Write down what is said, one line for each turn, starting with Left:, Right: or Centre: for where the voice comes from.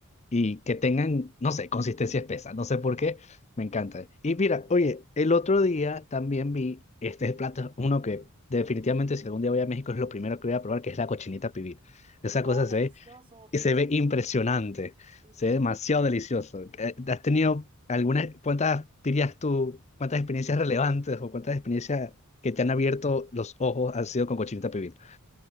Left: y que tengan, no sé, consistencia espesa, no sé por qué, me encantan. Y mira, oye, el otro día también vi, este es el plato, uno que definitivamente si algún día voy a México es lo primero que voy a probar, que es la cochinita pibil. Esa
Right: Oh,
Left: cosa se
Right: delicioso,
Left: ve,
Right: delicioso.
Left: y se ve impresionante,
Right: Sí,
Left: se
Right: sí,
Left: ve
Right: sí.
Left: demasiado delicioso. Eh, ¿Has tenido algunas, cuántas dirías tú, cuántas experiencias relevantes o cuántas experiencias que te han abierto los ojos han sido con cochinita pibil?